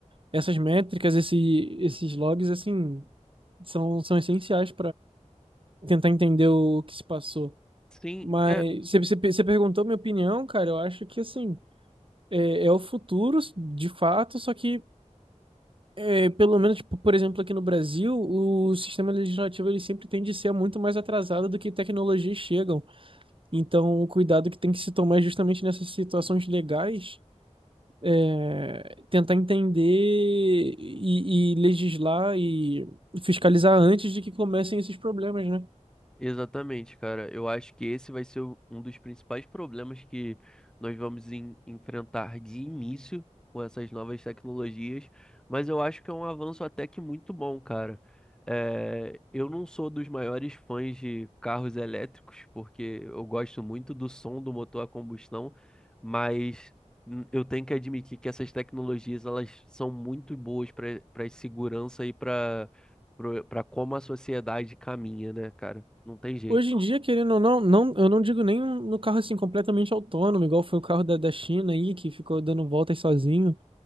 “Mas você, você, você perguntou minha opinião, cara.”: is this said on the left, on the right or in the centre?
Right